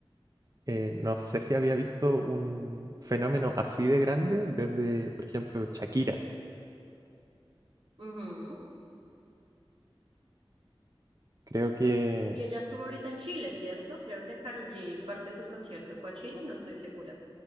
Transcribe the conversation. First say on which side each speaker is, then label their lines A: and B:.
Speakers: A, on the right; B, on the right.
A: eh, no sé si había visto un fenómeno así de grande desde, por ejemplo, Shakira.
B: Ujú.
A: Creo que
B: Y ella estuvo ahorita en Chile, ¿cierto? Creo que Karol G parte de su concierto fue a Chile, no estoy segura.